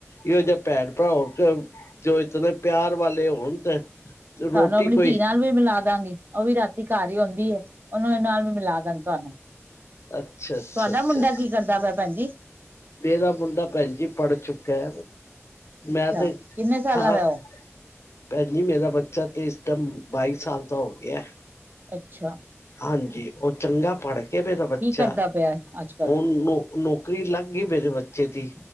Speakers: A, on the left; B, on the right.
A: ਇਹੋ ਜੇ ਪੈਣ-ਭਰਾ ਹੋਣ ਜੋ ਇਤਨੇ ਪਿਆਰ ਵਾਲੇ ਹੋਣ ਤੇ ਰੋਟੀ
B: ਤਾਨੂੰ ਆਪਣੀ
A: ਕੋਈ
B: ਧੀ ਨਾਲ ਵੀ ਮਿਲਾ ਦਾਂਗੀ, ਉਹ ਵੀ ਰਾਤੀ ਘਰ ਹੀ ਹੁੰਦੀ ਏ ਉਹਦੇ ਨਾਲ ਵੀ ਮਿਲਾ ਦਾਂਗੀ ਤੁਹਾਨੂੰ
A: ਅੱਛਾ, ਅੱਛਾ,
B: ਤੁਹਾਡਾ
A: ਅੱਛਾ
B: ਮੁੰਡਾ ਕੀ ਕਰਦਾ ਪਿਆ ਭੈਣ? ਜੀ?
A: ਮੇਰਾ ਮੁੰਡਾ ਭੈਣ ਜੀ ਪੜ੍ਹ ਚੁੱਕਾ।
B: ਅੱਛਾ।
A: ਮੈਂ ਤੇ
B: ਕਿੰਨੇ ਸਾਲਾਂ
A: ਖਾਸ-
B: ਦਾ ਉਹ?
A: ਪੈਣਜੀ ਮੇਰਾ ਬੱਚਾ ਤੇ ਇਸ ਟੈਮ ਬਾਈ ਸਾਲ ਦਾ ਹੋ ਗਿਆ।
B: ਅੱਛਾ।
A: ਹਾਂਜੀ ਉਹ ਚੰਗਾ ਪੜ ਕਿ ਮੇਰਾ ਬੱਚਾ
B: ਕੀ ਕਰਦਾ ਪਿਆ ਅੱਜ ਕੱਲ?
A: ਹੁਣ ਨੌਂ ਨੌਕਰੀ ਲੱਗ ਗਈ ਮੇਰੇ ਬੱਚੇ ਦੀ